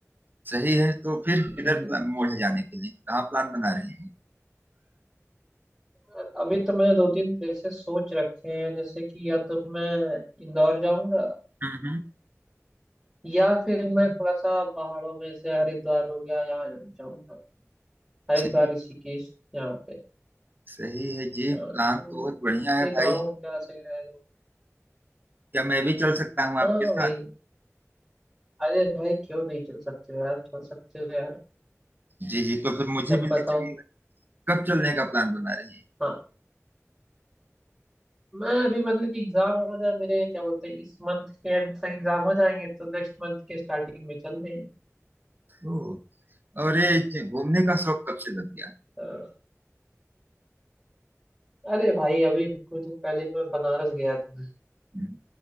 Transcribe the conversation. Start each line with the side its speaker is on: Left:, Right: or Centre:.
Right: सही है तो फिर किधर
Centre: हम्म,
Right: प्लान मोड़ है जाने के लिए कहाँ प्लान बना रहे हैं
Centre: और अभी तो मैंने दो तीन प्लेसेस सोच रखे हैं जैसे कि या तो मैं इंदौर जाऊंगा
Right: हम्म हम्म।
Centre: या फिर मैं थोड़ा सा पहाड़ों में से हरिद्वार हो गया यहाँ जाना चाहूंगा हरिद्वार
Right: सही
Centre: ऋषिकेश यहाँ पे
Right: सही है जी
Centre: हाँ
Right: प्लान
Centre: तो
Right: तो बहुत बढ़िया है
Centre: देख
Right: भाई
Centre: रहा हूँ क्या सही रहेगा
Right: क्या मैं भी चल सकता हूँ आपके
Centre: हाँ
Right: साथ
Centre: वही अरे भाई क्यों नहीं चल सकते यार चल सकते हो यार
Right: जी जी तो फिर मुझे
Centre: जब
Right: भी
Centre: बताओ
Right: ले चलिएगा कब चलने का प्लान बना रही है
Centre: हाँ मैं अभी मतलब कि एग्जाम हो जाए मेरे क्या बोलते हैं इस मंथ के एंड तक एग्जाम हो जाएंगे तो नेक्स्ट मंथ के स्टार्टिंग में चल दें
Right: ओ और ये ज- घूमने का शौक कब से लग गया
Centre: तो- अरे भाई अभी कुछ दिन पहले मैं बनारस गया था
Right: हम्म,